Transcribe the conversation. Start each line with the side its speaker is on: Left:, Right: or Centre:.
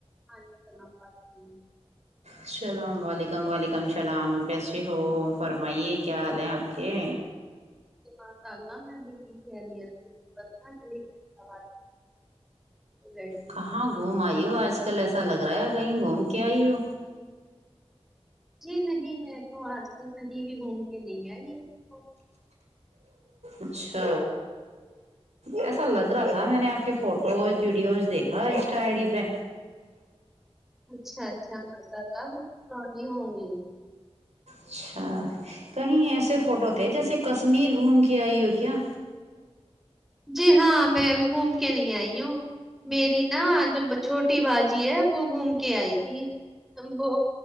Centre: ہاں <inaudible>
Right: السلام علیکم و علیکم السلام کیسے ہو فرمائیے کیا حال ہیں آپ کے
Centre: جی ماشاءاللہ میں بالکل خیریت سے ہو <inaudible> ج
Right: کہاں گھوم آئی ہو آج کل ایسا لگ رہا ہے کہیں گھوم کے آئی ہو
Centre: جی نہیں میں تو آج کل کہیں بھی گھوم کے نہیں آئی تو
Right: اچھا ایسا لگ رہا تھا میں نے آپ کے فوٹوز ویڈیوز دیکھا انسٹا آئی ڈی پہ
Centre: اچھا اچھا مذا کا وہ پرانی ہوگی
Right: اچھا کہیں ایسے فوٹو تھے جیسے کشمیر گھوم کے آئی ہو کیا
Centre: جی ہاں میں ابھی گھوم کے نہیں آئی ہوں میری نا جو چھوٹی باجی ہے وہ گھوم کے آئی تھی وہ